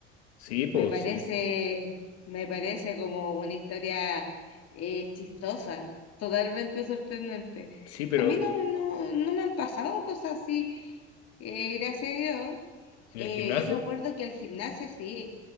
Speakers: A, on the left; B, on the left.
A: sí, pues,
B: Me parece,
A: sí.
B: me parece como una historia eh, chistosa, totalmente sorprendente.
A: Sí, pero
B: A mí no, no, no me han pasado cosas así, eh, gracias a Dios.
A: en
B: Eh,
A: el gimnasio,
B: yo me acuerdo que el gimnasio, sí,